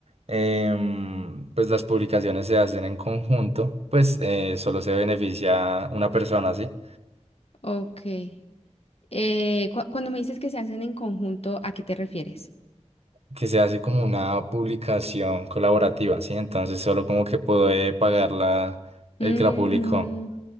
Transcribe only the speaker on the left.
Ok. Eh, cu- cuando me dices que se hacen en conjunto, ¿a qué te refieres?
Mm,